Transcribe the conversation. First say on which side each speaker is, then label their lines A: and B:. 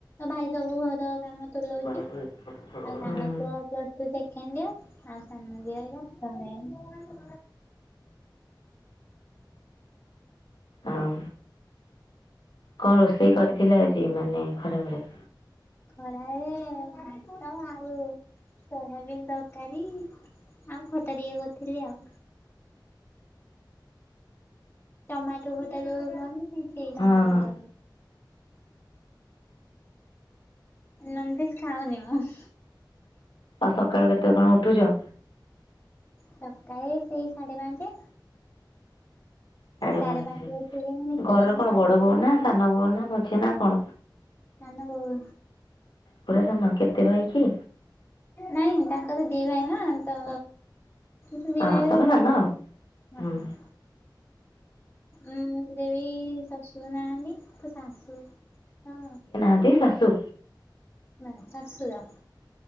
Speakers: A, on the left; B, on the left.
A: ଭାଇ ସବୁ ଘର କାମ ତୁଲଉଚି।
B: ହୁଁ
A: ଆଉ ସାନ ପୁଅ ପ୍ଲସ୍ ଥ୍ରୀ ସେକେଣ୍ଡେଡ୍ ଇୟର୍ ଆଉ ସାନ ଝିଅ ହେଲା
B: ଆଉ କଣ ରୋଷେଇ କରିଥିଲେ ଆଜି ମାନେ ଖରାବେଳେ?
A: ଖରାବେଳେ ଭାତ ଆ ଆଉ ସୋୟାବିିନ ତରକାରି ଆଉ ଖଟା ଟିକେ କରିଥିଲି ଆଉ। ଟମାଟୋ ଖଟା ଯୋଉ କରନ୍ତିନି ସେଇ
B: ହଁ
A: ଟମାଟୋ
B: ହଁ
A: ଖଟା। ନନ୍ ଭେଜ୍ ଖାାଉନି ଆଉ।
B: ଆଉ ସକାଳୁ କେତେ କଣ ଉଠୁଚ?
A: ସକାଳେ ସେଇ ସାଢେ ପାଞ୍ଚେ।
B: ସାଢ଼େ
A: ସାଢେ
B: ପାଞ୍ଚେ।
A: ପାଞ୍ଚ ଉଠିକି ନିତ୍ୟକ୍ରମ
B: ଘରର କଣ
A: ସାରିଦିଏ।
B: ବଡ଼ ବୋହୂ ନା ସାନ ଭଉଣୀ ନାଁ ମଝିଆ ନାଁ କଣ?
A: ସାନ ବୋଉ
B: ପୁରା ସାନ କେତେ ଭାଇ କି?
A: ନାଇଁ ତାଙ୍କର ଦି ଭାଇ ନାଁ ତ ଦି
B: ହଁ
A: ଭାଇ
B: ତମେ
A: ବଡ
B: ସାନ
A: ଭାଇ
B: ଆଉ।
A: ହଁ
B: ହୁଁ
A: ଉଁ ଦେବି ଶାଶୁର ନାହାନ୍ତି। ତ ଶାଶୁ ତ
B: ଦି ଶାଶୁ।
A: ନାଇଁ ଶାଶୁର।